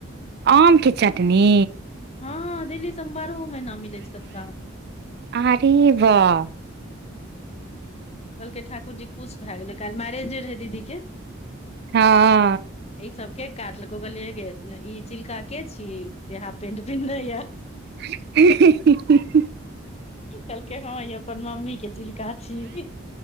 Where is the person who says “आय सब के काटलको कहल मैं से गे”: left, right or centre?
Left